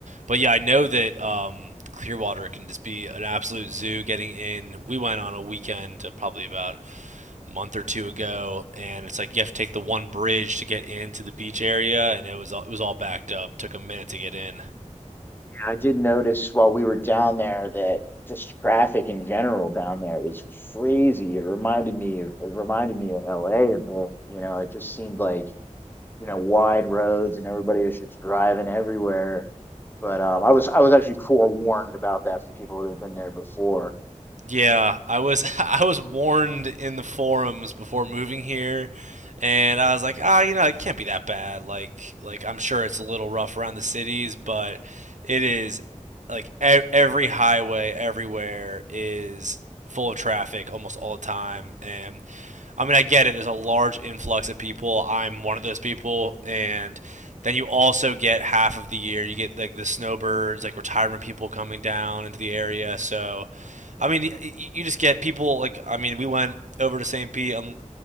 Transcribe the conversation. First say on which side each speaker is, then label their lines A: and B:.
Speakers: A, on the right; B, on the left.
A: But yeah, I know that um, Clearwater can just be an absolute zoo. Getting in, we went on a weekend uh, probably about a month or two ago, and it's like you have to take the one bridge to get into the beach area, and it was all, it was all backed up. It Took a minute to get in.
B: I did notice while we were down there that just traffic in general down there was crazy. It reminded me of it reminded me of LA. bit, You know, it just seemed like, you know, wide roads and everybody was just driving everywhere. But um I was I was actually forewarned about that from people that had been there before.
A: Yeah, I was <laughs> I was warned in the forums before moving here, and I was like, ah, you know, it can't be that bad. Like, like I'm sure it's a little rough around the cities, but it is like e- every highway everywhere is full of traffic almost all the time, and I mean, I get it. There's a large influx of people. I'm one of those people, and then you also get half of the year. You get like the snowbirds, like retirement people coming down into the area. So I mean, you just get people like I mean, we went over to St. Pete on